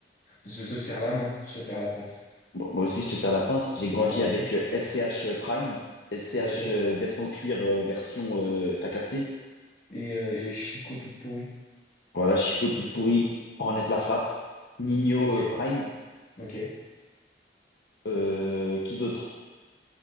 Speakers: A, on the left; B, on the left.
A: Je te serre la main, je te serre la pince.
B: Bon, moi aussi, je te sers la pince. J'ai grandi
A: Je te serre la
B: avec
A: pince.
B: euh, SCH Prime, SCH
A: Ok.
B: euh, veste en cuir euh, version, euh, t'as capté?
A: Et, euh, et Chico toute pourrie.
B: Voilà, Chico toute pourrie, Ornette la frappe, Nino
A: Ok,
B: euh, Prime,
A: ok.
B: euh, qui d'autre?